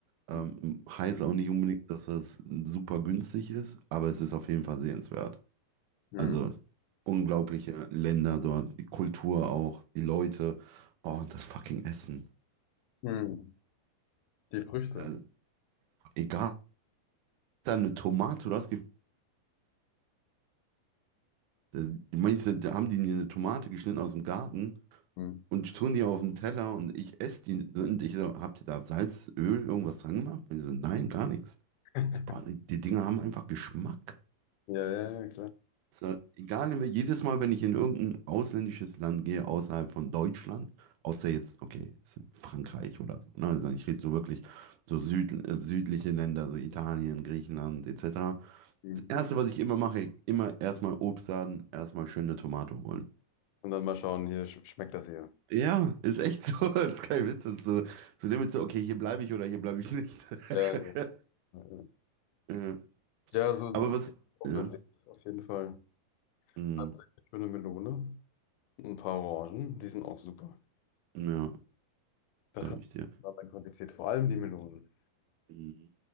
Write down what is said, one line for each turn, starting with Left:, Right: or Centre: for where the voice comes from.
Right: Ähm,
Left: Hm.
Right: heißt auch nicht unbedingt, dass das super günstig ist, aber es ist auf jeden Fall sehenswert.
Left: Hm.
Right: Also unglaubliche Länder dort, die Kultur auch, die Leute, oh, und das fucking Essen.
Left: Hm. Die Früchte.
Right: Äh, egal, da eine Tomate, du hast ge- äh, manche da haben die mir eine Tomate geschnitten aus dem Garten
Left: Hm.
Right: und tun die auf den Teller und ich esse die und ich so, habt ihr da Salz, Öl, irgendwas dran gemacht? Und die so, nein, gar nichts.
Left: <laughs>
Right: So, Boah, die die Dinger haben einfach Geschmack.
Left: Ja, ja, ja, klar.
Right: So, egal, in wel- jedes Mal, wenn ich in irgendein ausländisches Land gehe, außerhalb von Deutschland, außer jetzt, okay, jetzt Frankreich oder so, ne? Also ich rede so wirklich so süd, äh, südliche Länder, so Italien, Griechenland etc.
Left: Hm.
Right: Das Erste, was ich immer mache, immer erstmal Obstladen, erstmal schöne Tomate holen.
Left: Und dann mal schauen, hier sch schmeckt das hier.
Right: Ja, ist echt so, <laughs> das ist kein Witz, das ist so, so Limit so, okay, hier bleibe ich oder hier bleibe ich nicht.
Left: Ja, ja,
Right: <laughs>
Left: ja.
Right: Ja,
Left: Ja, so,
Right: aber
Left: so
Right: was,
Left: auch
Right: ja,
Left: unterwegs, auf jeden Fall.
Right: mm,
Left: Eine schöne Melone, ein paar Orangen, die sind auch super.
Right: ja,
Left: Das
Right: glaube
Left: hat
Right: ich dir.
Left: eine andere Qualität, vor allem die Melonen.
Right: Mm.